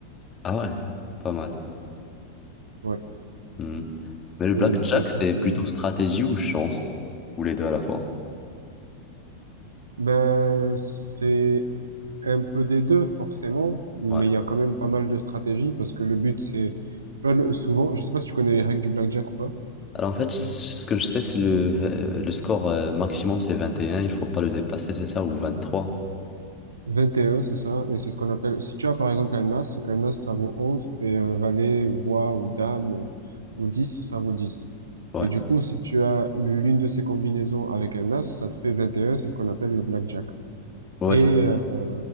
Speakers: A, on the left; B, on the right.
A: Ah ouais, pas mal.
B: Ouais.
A: Hmm.
B: C'est-
A: Mais le blackjack,
B: C'était un truc.
A: c'est plutôt
B: euh,
A: stratégie ou chance? Ou les deux à la fois?
B: ben, c'est un peu des deux, forcément, mais
A: Ouais.
B: il y a quand même pas mal de stratégies parce que le but, c'est. Tu vois, le- souvent, je sais pas si tu connais les règles du blackjack ou pas.
A: Alors en fait, ce que je sais, c'est le, euh, le score euh, maximum, c'est 21, il faut pas le dépasser, c'est ça, ou 23?
B: vingt et un c'est ça, et c'est ce qu'on appelle. Si tu as par exemple un as, un as ça vaut 11 et un valet, ou roi, ou dame, euh, ou 10 ça vaut dix
A: Ouais.
B: Et du coup, si tu as l'une de ces combinaisons avec un as, ça te fait vingt et un c'est ce qu'on appelle le blackjack.
A: Ouais,
B: Et.
A: c'est ça.
B: euh,